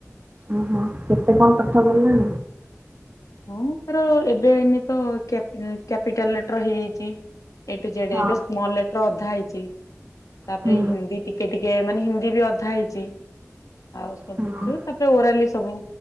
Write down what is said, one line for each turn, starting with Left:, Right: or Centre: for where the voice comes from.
Right: ଓହୋ କେତେ କଣ ପାଠ ଗଲାଣି?
Left: ହଁ ତାର ଏବେ ଏନ ତ କ୍ୟାପି କ୍ୟାପିଟାଲ ଲେଟର ହେଇଯାଇଛି। ଏ ଠୁ ଜେଡ
Right: ହଁ
Left: ଏବେ ସ୍ମଲ ଲେଟର ଅଧା ହେଇଛି, ତାପରେ
Right: ହୁଁ
Left: ଏଇ ହିନ୍ଦୀ ଟି ଟିକେ ଟିକେ ମାନେ ହିନ୍ଦୀ ବି ଅଧା ହେଇଛି, ଆଉ ସବୁଥିରୁ
Right: ହଁ
Left: ତା ଓରାଲି ସବୁ